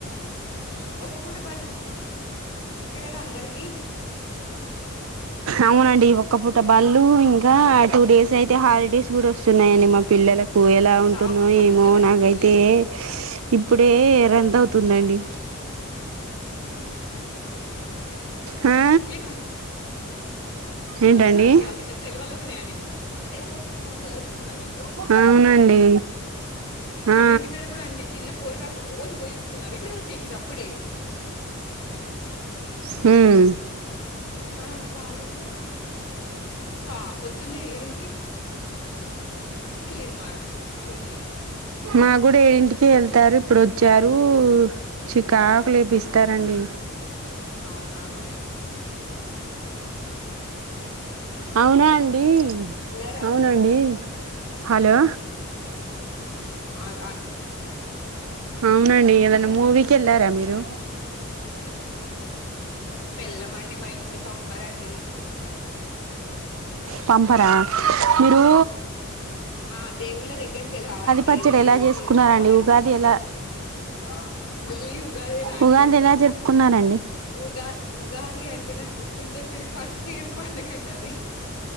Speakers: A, on the left; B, on the right.
A: హ్మ్ ఒక పూట బళ్ళంట కదా అందరికి
B: అవునండి ఒక్క పూట బళ్ళు ఇంకా టూడేస్ అయితే హాలిడేస్ కూడా వస్తున్నాయండి మా పిల్లలకు ఎలా ఉంటుందో
A: సావు సంపుతున్నారు
B: ఏమో నాకైతే
A: ఇయ్యాల ఆ
B: ఇప్పుడే రంత అవుతుందండి
A: తుని
B: ఆ
A: ఏడు
B: ఏంటండి
A: వస్తున్నా అండి వాళ్ సెలవలు వస్తున్నాయని శెలవలు వస్తున్నాయని ఏడుపోస్తుందా మీకు
B: అవునండి ఆ
A: మా ఇంటికాడ కూడా అండి చిన్న పోరగాలు రోజూ పోయి వస్తున్నారు ఇప్పుడే వచ్చేసిరు అప్పుడే
B: హ్మ్
A: ఆ వాళ్ళు కూడా కా పొద్దున్నే ఏడింటికి ఇళ్లిరు మాకు స్కూల్ కి
B: నా క్కూడా ఏడింటికి వెళ్తారు ఇప్పుడు వచ్చారు చికాకు లేపిస్తారండి
A: అవునా
B: అవునా అండి
A: అల్లరి
B: అవునండి హలో
A: ఆల్ ఆ
B: అవునండి గద మూవీ కి వెళ్ళారా మీరు
A: వెళ్లమండి మా ఇంట్లో పంపరండి
B: పంపరా మీరూ
A: ఆ దేవుళ్ల దగ్గరికి వెళ్ళి రావాలంటే
B: పచ్చడి
A: ఏదండి దేవుడికి
B: ఎలా చేసుకున్నారండి
A: అవునండి
B: ఉగాది ఎలా
A: అబ్బ మళ్ళీ ఉగాదేనా అండి
B: ఉగాది ఎలా జరుపుకున్నారండి
A: ఉగా ఉగాది అంటే నాకు గుర్తొచ్చేది ఫస్టు పండగకి అది